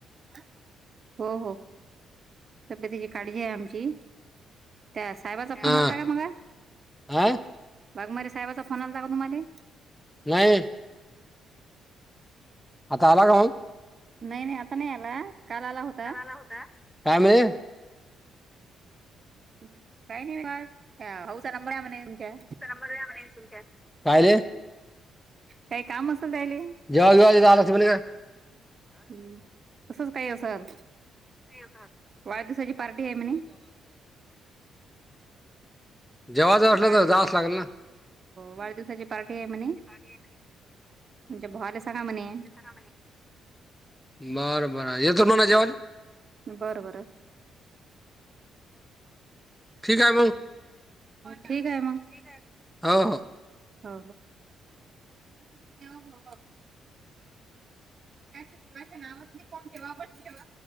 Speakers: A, on the right; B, in the centre.
A: आ हो हो. तब्यतीची काडजी आहे आमची त्या साहेबाचा फोन
B: हा
A: आलता का मगा?
B: हा
A: वाघमारे साहेबाचा फोन आलता का तुम्हाले?
B: नाई. आता आला काय?
A: नाई नाई आता नाई आला काल आला होता.
B: ला होता. ता मिळे
A: काही नाही मनत हाऊचा नंबर आहे म्हणे तुमच्या.
B: <unintelligible> म्हणे तुमच्या काय रे.
A: काई काम असेल त्याहिले.
B: जेवाय बिवाय जायला लागते म्हणे ना.
A: हम्म तसच काई असनार.
B: उयग. <unintelligible>
A: वाढदिवसाची पार्टी आहे म्हने.
B: जेव्हा जावं असलं
A: वाढदिवस
B: तर जावंच
A: आय
B: लागेल ना
A: वाढदिवसाची पार्टी आहे म्हणे.
B: कधी आये म्हणे?
A: तुमच्या भवाला सांगा म्हणे.
B: सगा म्हणे बर बर येतो मणा जवाल.
A: बर बर.
B: ठीक आहे
A: ठिक आये मंग.
B: ठिक आये म हो हो.
A: हो हो अतिथी देवो भव. त्याच दिवाचं नाव मंजे कोण ठेवा आपण ठेवा.